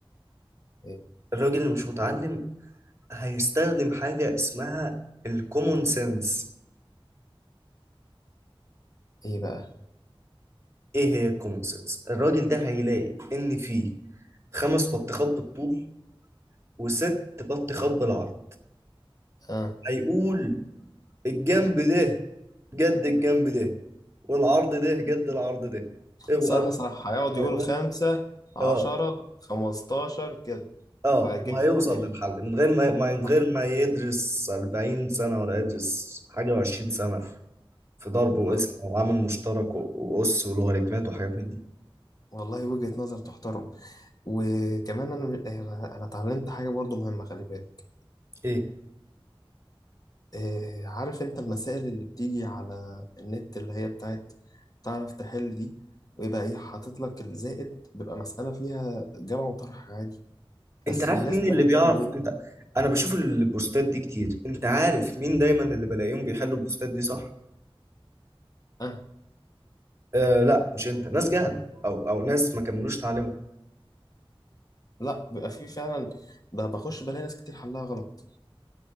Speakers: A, on the left; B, on the right.
A: ايه
B: الراجل اللي مش متعلم هيستخدم حاجة اسمها الكومون سنس
A: إيه بقى؟
B: ايه هي الكومون سنس؟ الراجل ده هيلاقي ان في خمس بطيخات بالطول وست بطيخات بالعرض
A: آه.
B: هيقول الجنب ده جد الجنب ده والعرض ده جد العرض ده يبقى
A: صح
B: الأمر
A: صح هيقعد
B: هيقوم
A: يقول خمسة عشرة
B: اه
A: خمستاشر كده
B: اه
A: وهيجيب
B: وهيوصل
A: لي في الآخر
B: للحل من غير ما ما- من
A: صح
B: غير ما يدرس 40 سنة ولا يدرس حاجة و20 سنة في ضرب وقسم
A: اه
B: وعامل مشترك و- وأس ولوغاريتمات وحاجات من دي
A: والله وجهة نظر تحترم وكمان أنا أنا أنا اتعلمت حاجة برضو مهمة خلي بالك
B: ايه
A: آه، عارف أنت المسائل اللي بتيجي على النت اللي هي بتاعت تعرف تحل دي ويبقى إيه حاطط لك الزائد بيبقى مسألة فيها جمع وطرح عادي بس
B: انت عارف
A: الناس
B: مين
A: بقى
B: اللي بيعرف
A: بتعمل إيه؟
B: انت انا بشوف البوستات دي كتير انت عارف مين دايما اللي بلاقيهم بيحلوا البوستات دي صح
A: أنا
B: آه لا مش انت ناس جهلة او او ناس ما كملوش تعليمهم
A: لا بيبقى في فعلا ب- بخش بلاقي ناس كتير حلها غلط